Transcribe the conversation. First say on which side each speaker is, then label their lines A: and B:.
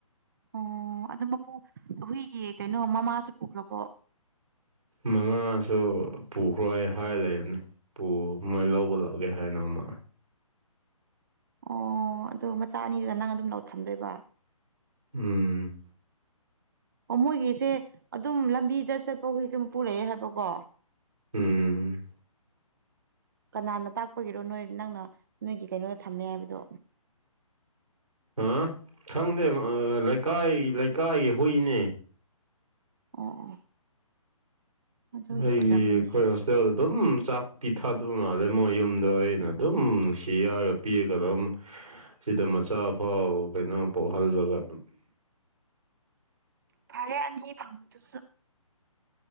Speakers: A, on the right; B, on the right.
A: ꯑꯣ ꯑꯗꯨ ꯃꯄꯨ ꯍꯨꯏꯒꯤ ꯀꯩꯅꯣ ꯃꯃꯥꯁꯨ ꯄꯨꯈ꯭ꯔꯕꯣ
B: ꯃꯉꯥꯁꯨ ꯄꯨꯈ꯭ꯔꯣ ꯑꯩ ꯍꯥꯏ ꯂꯩꯕꯅꯤ ꯄꯨ ꯃꯣꯏ ꯂꯧꯕ ꯂꯥꯛꯑꯒꯦ ꯍꯥꯏꯅꯃ
A: ꯑꯣ ꯑꯗꯨ ꯃꯆꯥ ꯑꯅꯤꯒ ꯅꯪ ꯑꯗꯨꯝ ꯂꯧ ꯊꯝꯗꯣꯏꯕ
B: ꯎꯝ
A: ꯑꯣ ꯃꯣꯏꯒꯤꯁꯦ ꯑꯗꯨꯝ ꯂꯝꯕꯤꯗ ꯆꯠꯄ ꯍꯨꯏꯁꯨꯝ ꯄꯨꯔꯛꯑꯦ ꯍꯥꯏꯕꯀꯣ
B: ꯎꯝ
A: ꯀꯅꯥꯅ ꯇꯥꯛꯄꯒꯤꯔꯣ ꯅꯣꯏ ꯅꯪꯅ ꯅꯣꯏꯒꯤ ꯀꯩꯅꯣꯗ ꯊꯝꯃꯦ ꯍꯥꯏꯕꯗꯣ
B: ꯑ ꯈꯪꯗꯦ ꯂꯩꯀꯥꯏ ꯂꯩꯀꯥꯏꯒꯤ ꯍꯨꯏꯅꯦ
A: ꯑꯣ ꯑꯣ ꯑꯗꯨꯒꯤ
B: ꯑꯩꯒꯤ
A: ꯑꯣꯏꯔꯝꯃꯅꯤ
B: ꯈꯣꯏꯁ ꯆꯆꯧꯗ <inaudible> ꯑꯗꯨꯝ ꯆꯥꯛ ꯄꯤꯊꯗꯕ ꯃꯥꯜꯂꯦ ꯃꯣꯏ ꯌꯨꯝꯗꯣ ꯑꯩꯅ ꯑꯗꯨꯝ ꯅꯨꯡꯁꯤ ꯌꯥꯔꯒ ꯄꯤꯔꯒ ꯑꯗꯨꯝ ꯁꯤꯗ ꯃꯆꯥ ꯐꯥꯎ ꯀꯩꯅꯣ ꯄꯣꯛꯍꯜꯂꯒ
A: ꯐꯔꯦ ꯑꯅꯤ ꯐꯪꯉꯤꯗꯨꯁꯨ